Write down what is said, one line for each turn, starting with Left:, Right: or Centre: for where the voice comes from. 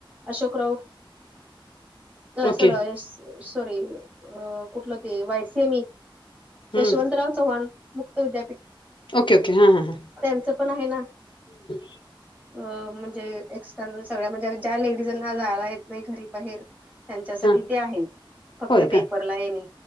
Right: अशोकराव. नाही
Left: ओके
Right: सलास सॉरी अ कुठलं ते वायस मी.
Left: हम्म
Right: यशवंतराव चव्हाण मुक्त विद्यापीठ
Left: ओके के हां हां हां.
Right: त्यांचं पणं आहे नां.
Left: ह <unintelligible>
Right: अ म्हणजे एक्सटर्नल सगळ्यां म्हणजे ज्या लेडीजांना जायंला येतं नाही घरी बाहेर त्यांच्यासाठी
Left: हां
Right: ते आहे फक्तं
Left: होय
Right: पेपरला
Left: का
Right: येणे